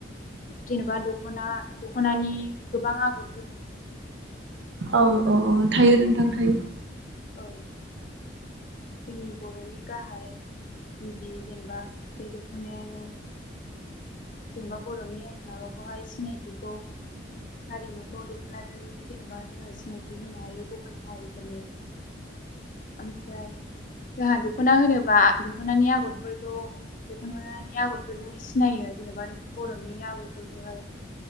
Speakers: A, on the left; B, on the right.
A: जेनेबा दखना दखनानि गोबां आगर
B: औ
A: बेखौ
B: औ औ थायो नोंथां थायो
A: औ जोंनि बर'नि गाहाय गिबि जेनेबा बे दख'नायानो जेनेबा बर'नि माबाखौहाय सिनायथिखौ हारिमुखौ दख'नाजोंनो जेनेबा जोङो सिनायथि होनो हायो गुबुन हारिफोरनो ओमफ्राय जाहा दख'ना होनोबा दख'नानि आगरफोरखौ दख'नि आगरफोरजोंनो सिनायो जेनेबा बर'नि आगरफोरखौहाय